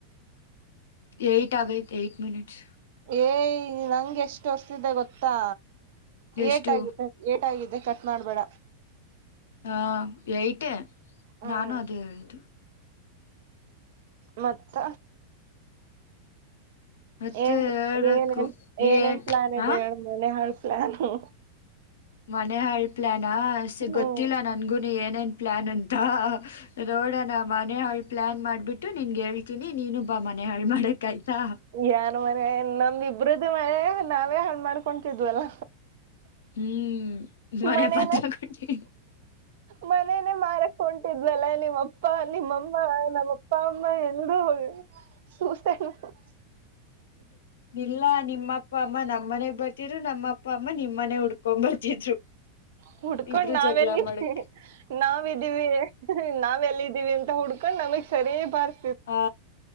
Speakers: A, on the left (about 60°); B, on the right (about 55°).
A: ಏಯ್ಟ್ ಆಗೈತೆ ಏಟ ಮಿನಿಟ್ಸ್.
B: ಏಯ ನಂಗೆ ಎಷ್ಟು ತೋರಸ್ತಿದೆ ಗೊತ್ತಾ
A: ಎಷ್ಟು
B: ಏಟ್ ಆಗಿದೆ. ಏಟ ಅಗಿದೆ ಕಟ್ ಮಾಡ್ಬೇಡ.
A: ಹ ಏಟ್ ಏ
B: ಹ್ಮ್
A: ನಾನು ಅದು ಹೇಳಿದ್ದು.
B: ಮತ್ತ.
A: ಮತ್ತೆ
B: ಏನ್
A: ಹೇಳ್ಬೇಕು
B: ಏನೇನ್ ಏನೇನ್
A: ಏನ್
B: ಪ್ಲಾನ್ ಇದೆ
A: ಆ
B: ಹೇಳ. ಮನೆ ಹಾಳ್ ಪ್ಲಾನು.
A: ಮನೆ ಹಾಳ್ ಪ್ಲಾನ ಸೆ
B: ಹ್ಮ್
A: ಗೊತ್ತಿಲ್ಲ ನನ್ಗುನು ಏನೇನ್ ಪ್ಲಾನ್ ಅಂತ. ನೋಡಣ ಮನೆ ಹಾಳ್ ಪ್ಲ್ಯಾನ್ ಮಾಡಿಬಿಟ್ಟು ನಿನ್ಗೆ ಹೇಳ್ತೀನಿ ನೀನುಬ್ ಬಾ ಮನೆ ಹಾಳು ಮಾಡಕ್ ಆಯ್ತಾ.
B: ಯನ್ ಮನೆ ನಮ ಇಬ್ರ್ದ ಮನೆಯ ನಾವೇ ಹಾಳ್ ಮಾಡ್ಕೊತಿದ್ವಲ್ಲ.
A: ಹ್ಮ್.
B: ಮನೆ
A: ಪತ್ರ ಕೊಟ್ಟಿ
B: ಮನೆ. ಮಾರಕ್ ಹೊಂಟಿದ್ವಲ್ಲ ನಿಮ್ಮಪ್ಪ ನಿಮ್ಮಮ್ಮ ನಮ್ಮ್ ಅಪ್ಪ ಅಮ್ಮ ಎಲ್ರೂ ಹೋಗವಿ. ಸುತ. <unintelligible>
A: ಇಲ್ಲ ನಿಮ್ಮ ಅಪ್ಪ ಅಮ್ಮ ನಮ್ಮನೆಗ್ ಬರ್. ಇರು ನಮ್ಮಪ್ಪ ಅಮ್ಮ ನಿಮ್ಮನೆ ಹುಡ್ಕೊಂಡ್ ಬರ್ತಿದ್ರು.
B: ಹುಡ್ಕೊಂಡ್
A: ಇಬ್ರು
B: ನಾವ
A: ಜಗಳ
B: ಎಲ್ಲಿಇದ್ದವಿ
A: ಮಾಡಕ್ಕೆ
B: ನಾವಿದ್ದೀವಿ. ನಾವ್ ಎಲ್ಲಿ ಇದ್ದಿವಿ ಅಂತ ಹುಡ್ಕೊಂಡ್ ನಮಗ್ ಸರಿಯ ಬಾರ್.
A: ಹಾ